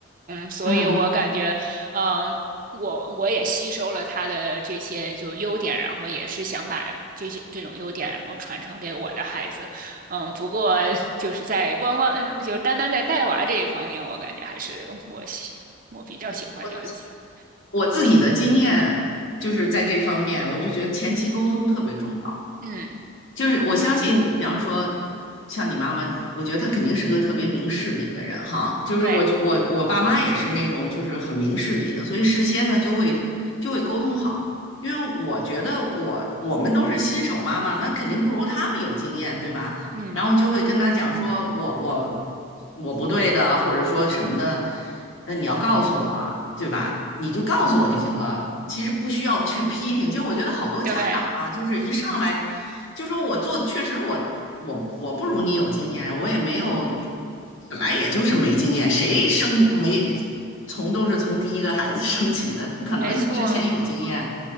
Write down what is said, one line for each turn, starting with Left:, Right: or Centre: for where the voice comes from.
Right: 嗯，所以我感觉，
Left: 嗯嗯，
Right: 嗯、我我也吸收了他的这些就优点，然后也是想把这种这种优点，然后传承给我的孩子。嗯，不过就是在光光，嗯，就单单在带娃这一方面，我感觉还是我喜我比较喜欢就是自
Left: 我就我自己的经验就是在这方面，
Right: 自理。
Left: 我就觉得前期沟通特别重要。
Right: 嗯，
Left: 就是我相信，比方说像你妈妈，我觉得她肯定是个特别明事理的人哈。就是我我我爸妈也是那种就是很明事理的，
Right: 对，
Left: 所以事先呢就会就会沟通好。因为我觉得我我们都是新手妈妈，那肯定不如他们有经验，对吧？
Right: 嗯，
Left: 然后就会跟他讲说我我我不对的，或者说什么的，那你要告诉我啊，对吧？你就告诉我就行了。其实不需要去批评。其实我觉得好多家长吧，
Right: 对，
Left: 就是一上来就说我做，确实我我我不如你有经验，我也没有，本来也就是没经验，谁生没从都是从第一个孩子 <laughs> 生起的，不可能之前有经验，
Right: 没错，